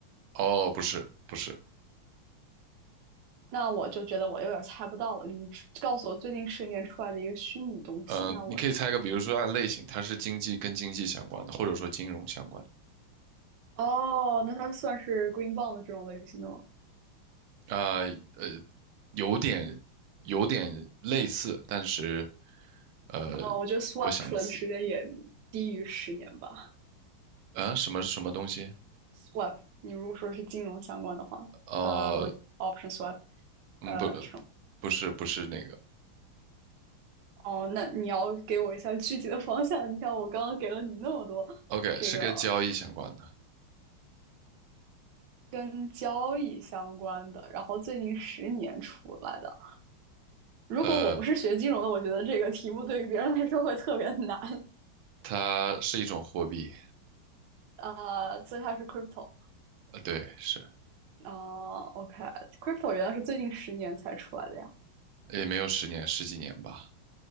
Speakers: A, on the right; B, on the right.
A: 哦不是不是，
B: 那我就觉得我有点儿猜不到了。你告诉我最近十年出来的一个虚拟东西，
A: 呃你可以猜一个，
B: 那我，
A: 比如说按类型，
B: 嗯
A: 它是经济跟经济相关的，或者说金融相关的
B: 哦，那它算是 Green Bond 这种类型的吗？
A: 啊呃有点有点类似，但是呃
B: 哦，我觉得 Swap
A: 我想起
B: 出来的时间也低于十年吧。
A: 啊什么什么东西？
B: Swap，你如果说是金融相关的话，
A: 啊？
B: 呃，like option swap，
A: 嗯，
B: 呃，
A: 不，
B: 这种。
A: 不是不是那个
B: 哦，那你要给我一下具体的方向。你看，我刚刚给了你那么多这个
A: ，OK，是跟交易相关的。
B: 跟交易相关的，然后最近十年出来的。如果我不是学金融的，
A: 呃，
B: 我觉得这个题目对于别人来说会特别难。
A: 它是一种货币，
B: 呃，所以它是 crypto。
A: 呃，对，是，
B: 哦 uh,，OK，crypto okay. 原来是最近十年才出来的呀。
A: 也没有十年，十几年吧。